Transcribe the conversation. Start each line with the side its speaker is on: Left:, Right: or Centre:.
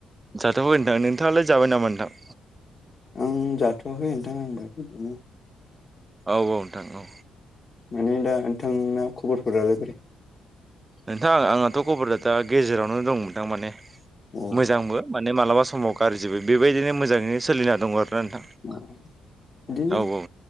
Right: जाथ'आखै नोंथां नोंथाङालाय जाबाय नामा नोंथां?
Left: आं जाथ'वाखै <inaudible>
Right: औ औ नोंथां औ।
Left: माने दा नोंथां आ खबरफोरालाय बोरै?
Right: नोंथां आंहथ' खबरदा दा गेजेरावनो दं नोंथां माने
Left: अ
Right: मोजांबो माने मालाबा समाव गाज्रिबो बेबायदिनो मोजाङैनो सोलिना दङ आरो। ओ नोंथां
Left: अ बिदिनो
Right: औ औ